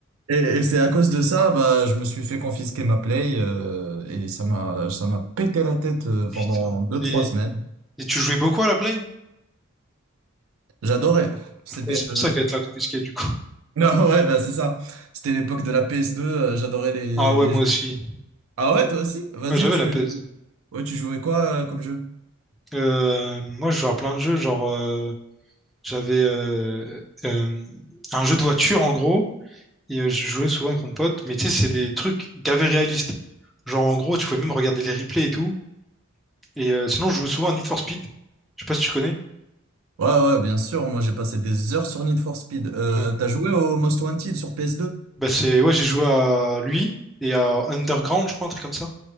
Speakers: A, on the right (about 85°); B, in the centre.
A: Et, et c'est à cause de ça, bah, je me suis fait confisquer ma Play euh, et ça m'a, ça m'a pété la tête euh, pendant
B: putain.
A: deux,
B: Et,
A: trois semaines.
B: et tu jouais beaucoup à la Play?
A: J'adorais. C'était,
B: Ouais, c'est pour
A: euh,
B: ça
A: c'était-
B: qu'elle te l'a confisquée, du coup.
A: <laughs> non, ouais, bah, c'est ça. C'était l'époque de la ps deux euh, j'adorais les,
B: Ah ouais,
A: les
B: moi
A: jeux.
B: aussi.
A: Ah ouais, toi aussi? Vas-y,
B: Ouais, j'avais
A: tu,
B: la PS.
A: ouais, tu jouais quoi euh, comme jeu?
B: Euh, moi, je jouais à plein de jeux, genre... euh, J'avais euh, euh, un jeu de voiture en gros, et euh, je jouais souvent avec mon pote, mais tu sais, c'est des trucs gavés réalistes. Genre en gros, tu pouvais même regarder les replays et tout. Et euh, sinon, je joue souvent à Need for Speed. Je sais pas si tu connais.
A: Ouais, ouais, bien sûr. Moi, j'ai passé des heures sur Need for Speed. Euh,
B: Ouais.
A: t'as joué au Most Wanted sur ps deux
B: Bah c'est ouais, j'ai joué à lui et à Underground, je crois, un truc comme ça.